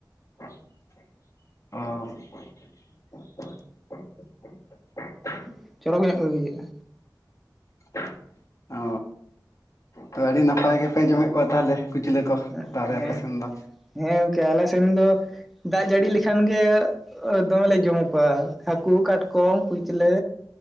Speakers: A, on the left (about 45°); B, in the centre.
A: <unintelligible> ᱚ <unintelligible>
B: <unintelligible> ᱪᱚᱨᱚᱠ ᱧᱚᱜ ᱜᱮ ᱵᱩᱡᱷᱟᱹᱜᱼᱟ᱾
A: <unintelligible> ᱚ ᱛᱚ ᱟᱹᱰᱤ ᱱᱟᱯᱟᱭ ᱜᱮ, ᱯᱮ ᱡᱚᱢᱮᱫ ᱠᱚᱣᱟ ᱛᱟᱦᱮᱞᱮ ᱠᱩᱪᱞᱟᱹ ᱠᱚ
B: ᱵᱩᱡᱷᱟᱹᱜᱼᱟ
A: ᱛᱟᱦᱮᱞᱮ ᱟᱯᱮ ᱥᱮᱱ ᱫᱚ᱾
B: ᱦᱮᱸ ᱜᱚᱝᱠᱮ ᱟᱞᱮᱥᱮᱱ ᱨᱤᱱ ᱫᱚ ᱫᱟᱜ ᱡᱟᱹᱲᱤ ᱞᱮᱠᱷᱟᱱ ᱜᱮ ᱫᱚᱢᱮ ᱞᱮ ᱡᱚᱢ ᱠᱚᱣᱟ, ᱦᱟᱹᱠᱩ ᱠᱟᱴᱠᱚᱢ ᱠᱩᱪᱞᱟᱹ